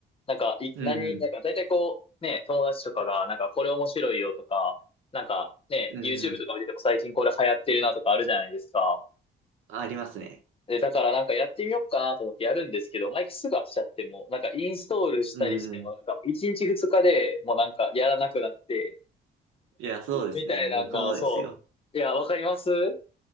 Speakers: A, on the left; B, on the right.
A: なんか、い、
B: うんうん。
A: 何、なんか大体こう、ね、友達とかが、なんかこれ面白いよとか、なんかね、
B: うん。
A: YouTube とか見てても最近これ流行ってるなとかあるじゃないですか。
B: ありますね。
A: で、だからなんかやってみようかなと思ってやるんですけど、毎回すぐ飽きちゃっても、なんかインストールしたりしても、
B: うん。
A: なんか1日2日でもうなんかやらなくなって、
B: いや、そうですね。
A: みたいなんが、
B: 僕もですよ。
A: そう。いや、わかります